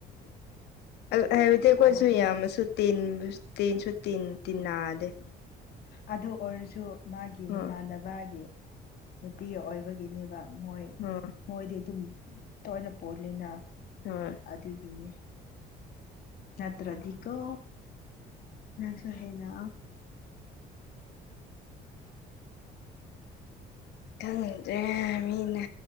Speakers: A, on the left (about 80°); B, on the left (about 65°).
A: ꯍꯥꯏꯕꯗꯤ ꯑꯩꯈꯣꯏꯁꯨ
B: ꯇꯥꯎꯕꯅꯦ
A: ꯌꯥꯝꯃꯁꯨ ꯇ ꯇꯦꯟꯁꯨ ꯇ ꯇꯤꯟꯟꯅꯗꯦ
B: ꯑꯗꯨ ꯑꯣꯏꯔꯁꯨ ꯃꯥꯒꯤ
A: ꯍꯣꯏ
B: ꯃꯃꯥꯟꯅꯕ ꯏꯕꯥꯒꯤ ꯅꯨꯄꯤ ꯑꯣꯏꯕꯒꯤꯅꯦꯕ ꯃꯣꯏ
A: ꯍꯣꯏ
B: ꯃꯣꯏꯗꯤ ꯑꯗꯨꯝ ꯇꯅ ꯄꯣꯂꯅ
A: ꯍ
B: ꯑꯗꯨꯒꯤꯅꯤ ꯅꯠꯇ꯭ꯔꯙꯀꯣ ꯅꯪ ꯁ ꯍꯦꯅ
A: ꯈꯪꯗ꯭ꯔꯦ ꯃꯤꯅꯦ